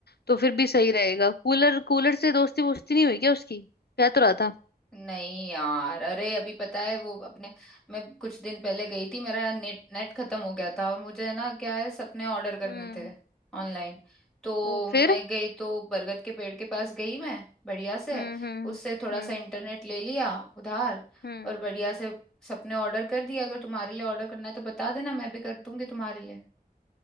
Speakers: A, on the left; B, in the centre.
A: तो फिर भी सही रहेगा कूलर कूलर से दोस्ती वोस्ती नहीं हुई क्या उसकी कह तो रहा था
B: नहीं यार अरे अभी पता है वो अपने मैं कुछ दिन पहले गई थी मेरा नेट नेट खत्म हो गया था और मुझे ना क्या है सपने ऑर्डर करने
A: हम्म
B: थे ऑनलाइन तो
A: ओ
B: मैं
A: फिर
B: गई तो बरगद के पेड़ के पास गई मैं बढ़िया से
A: हम्म हम्म
B: उससे थोड़ा
A: हम्म
B: सा इंटरनेट ले लिया उधार
A: हम्म
B: और बढ़िया से सपने ऑर्डर कर दिया अगर तुम्हारे लिए ऑर्डर करना है तो बता देना मैं भी कर दूंगी तुम्हारे लिए